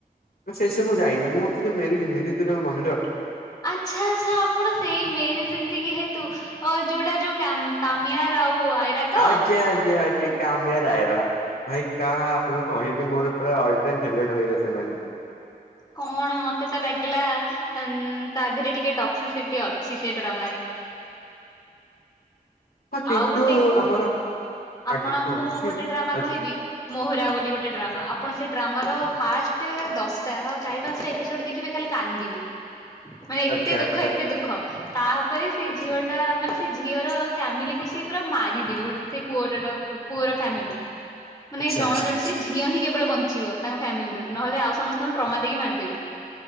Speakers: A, on the left; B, on the left.
A: ସେଇ ସେ ମୁଁ ଯାଇନି ମୁଁ ମେ ଜିନ୍ଦି ତୁରା ମନରେ
B: ଆଛା ଆଚ୍ଛା ଆପଣ ସେଇ ମେରି ଜିନ୍ଦିଗ ହେତୁ ଯୋଉଟା ଯୋଉ କାମିଆର ଆଉ ଆଇରା ତ?
A: ଆଜ୍ଞା ଆଜ୍ଞା ଆଜ୍ଞା କାମୟ ରୟରା ଭାଇ କା ଆପଣଙ୍କୁ କହିବି ମୋର ପୁରା ଅଲ ଟାଇମ୍ ଫେଭରିଟ ହୋଇଗଲେ ସେମାନେ
B: କଣ ମତେ ତ ଲାଗିଲା ତା ଦେହରେ ଟିକେ ଟକ୍ସିସିଟି ଅଛି, ସେ ଡ୍ରାମାରେ
A: ହଁ କିନ୍ତୁ
B: ଆଉ ଗୋଟେ
A: ଆମର
B: ଆପଣଙ୍କୁ
A: ଆଜ୍ଞା କୁହନ୍ତୁ
B: ମୁଁ
A: କି
B: ଗୋଟେ ଡ୍ରାମା
A: ଆଚ୍ଛା
B: କହିବି, ମୋହୁରା ବୋଲି ଗୋଟେ ଡ୍ରାମା। ଅପ ଆପଣ ସେ ଡ୍ରାମାର ଫାଷ୍ଟ ଦଶଟା ଚାରି ପାଞ୍ଚଟା ଏପିସୋଡ ଦେଖିବେ ଖାଲି କାନ୍ଦିବେ ମାନେ ଏତେ
A: ଆଚ୍ଛା
B: ଦୁଃଖ
A: ଆଚ୍ଛା।
B: ଏତେ ଦୁଃଖ ତାପରେ ସେଇ
A: ଆଚ୍ଛା
B: ଝିଅ ଟା ମାନେ ସେ ଝିଅର ଫାମିଲିକୁ ସେ ପୁରା ମାରିଦେବେ, ଗୋଟେ ସେ ପୁଅର ପୁଅର ଫାମିଲି ମାନେ
A: ଆଚ୍ଛା
B: ଜଣେ
A: ଆଚ୍ଛା ଆଚ୍ଛା
B: ଜଣେ ସେ ଝିଅ ହିଁ କେବଳ ବଞ୍ଚିବ ତାଙ୍କ ଫ୍ୟାମିଲିରେ ନହେଲେ ଆଉ ସମସ୍ତେ ଟ୍ରାମା ଦେଇକି ମାରିଦେବେ।